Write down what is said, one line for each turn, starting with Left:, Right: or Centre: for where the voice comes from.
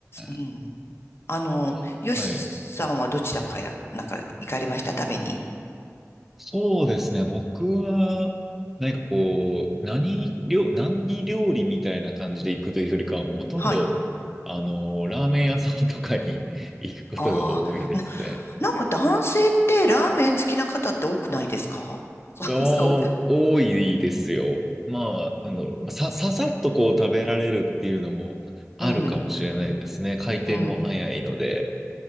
Left: うん。
Centre: ーっ
Left: あの、
Centre: と、
Left: よしさんはどちらかや、
Centre: はい。
Left: なんか行かれました食べに。
Centre: そうですね、僕は、何かこう、何料、何料理みたいな感じで行くというよりかは、もうほとんど、
Left: はい。
Centre: あの、ラーメン屋さんとかに <laughs> 行くことが多いですね。
Left: ああ、な、なんか男性ってラーメン好きな方って多くないですか <laughs>
Centre: お多いですよ。
Left: 多く
Centre: まあ、なんだろう、まあさ、ささっとこう食べられるっていうのもあるかもしれないですね。
Left: うん、
Centre: 回転も早いので。
Left: うん。